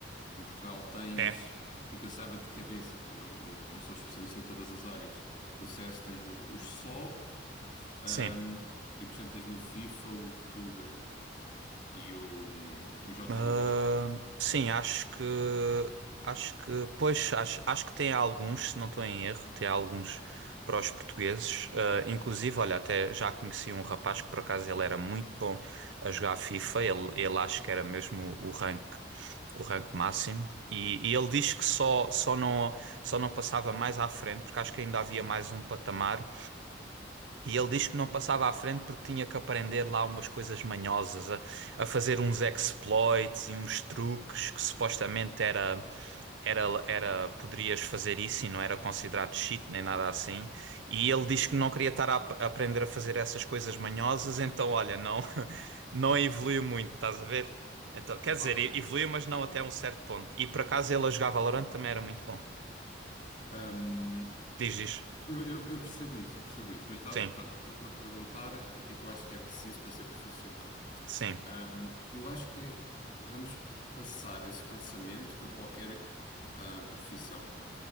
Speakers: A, on the left (about 45°); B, on the right (about 80°).
A: Em Portugal tens,
B: é,
A: assim que eu saiba de cabeça, que também não, não, não sou especialista em todas as áreas. No CS tens os, os SO, ahm,
B: sim.
A: e por exemplo tens no FIFA o Tuga e o, hum, o J.
B: Ah,
A: Oliveira D.
B: sim, acho que acho que pois acho, acho que tem alguns, se não estou em erro, tem alguns para os portugueses. Ah, inclusive, olha, até já conheci um rapaz que por acaso ele era muito bom a jogar FIFA. Ele, ele acho que era mesmo o rank o rank máximo. E, e ele diz que só só não só não passava mais à frente porque acho que ainda havia mais um patamar e ele diz que não passava à frente porque tinha que aprender lá umas coisas manhosas, a, a fazer uns exploits e uns truques que supostamente era, era, era, poderias fazer isso e não era considerado cheat nem nada assim. E ele
A: Ok.
B: diz que não queria estar a, ap- a aprender a fazer essas coisas manhosas, então olha, não, <laughs> não evoluiu muito, estás a ver? Então, quer
A: Opa,
B: dizer,
A: eh,
B: e- evoluiu, mas não até um certo ponto. E por acaso ele a jogar Valorant também era muito bom.
A: ahm,
B: Diz isso.
A: eu, eu- eu percebo isso, eu percebo isso, mas tá,
B: Sim,
A: pronto, estavas-me a perguntar o que é que eu acho que é preciso para ser profissional.
B: sim,
A: Ahm, eu acho que vamos passar esse pensamento para qualquer ah, profissão.